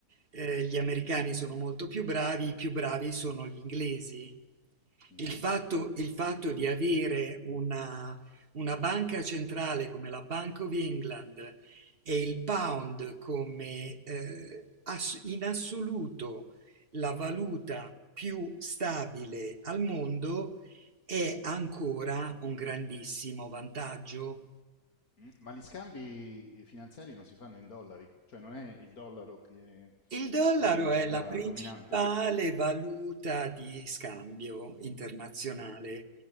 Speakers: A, on the right; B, on the left.
A: Eh,
B: Sì.
A: gli americani sono molto più bravi, i più bravi sono gli inglesi.
B: Mhm.
A: Il fatto, il fatto di avere una, una banca centrale come la Bank of England e il pound come eh, ass- in assoluto la valuta più stabile al mondo è ancora un grandissimo vantaggio.
B: Mm, Ma gli scambi eh, finanziari non si fanno in dollari, cioè non è il dollaro che è
A: Il dollaro
B: la moneta
A: è la principale
B: dominante.
A: valuta di scambio internazionale,
B: Sì,